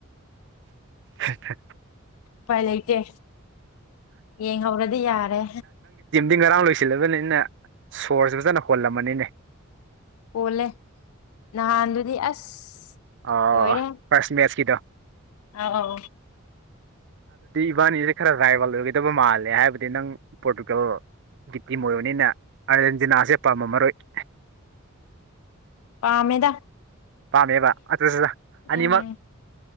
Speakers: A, on the right (about 60°); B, on the left (about 80°).
A: ꯍ
B: ꯄꯥꯏ ꯂꯩ ꯂꯩꯇꯦ ꯌꯦꯡꯍꯧꯔꯗꯤ ꯌꯥꯔꯦ
A: ꯁꯤ ꯉꯔꯥꯡ ꯂꯣꯏꯁꯤꯜꯂꯕꯅꯤꯅ ꯁꯣꯔꯁ ꯐꯖꯅ ꯍꯣꯜꯂꯝꯃꯅꯤꯅꯦ
B: ꯄꯣꯜꯂꯦ ꯅꯍꯥꯟꯗꯨꯗꯤ ꯑꯁ
A: ꯑꯣ
B: ꯂꯣꯏꯔꯦ
A: ꯐꯥꯔꯁ ꯃꯦꯠꯁꯀꯤꯗꯣ
B: ꯑꯥꯎ
A: <inaudible> ꯁꯦ ꯌꯥꯥꯏꯕꯜꯗꯗꯤ ꯇꯕ ꯃꯥꯜꯂꯦ ꯍꯥꯏꯕꯗꯤ ꯅꯪ ꯄꯣꯔꯇꯨꯒꯜ ꯒꯤꯇꯤꯝ ꯑꯣꯏꯕꯅꯤꯅ ꯑꯥꯔꯖꯦꯟꯇꯤꯅꯥꯁꯦ ꯄꯥꯝꯕ ꯃꯔꯣꯏ <inaudible>
B: ꯄꯥꯃꯦꯗ
A: ꯄꯃꯦ ꯑ ꯆꯗ ꯑꯅꯤ
B: ꯎꯝ
A: ꯃ ꯍ